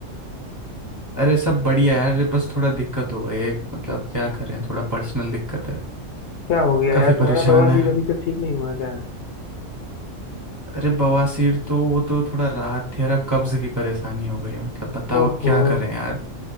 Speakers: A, on the right; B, on the left.
A: अरे सब बढ़िया है यार बस थोड़ा दिक्कत हो गई है मतलब क्या करें थोड़ा पर्सनल दिक्कत है
B: क्या हो गया
A: काफी
B: यार तुम्हारा
A: परेशान
B: बवासीर
A: है
B: अभी तक ठीक नहीं हुआ क्या
A: अरे बवासीर तो वो तो थोड़ा राहत थी यार अब कब्ज की परेशानी हो गई है मतलब बताओ
B: ओहो
A: अब क्या करें यार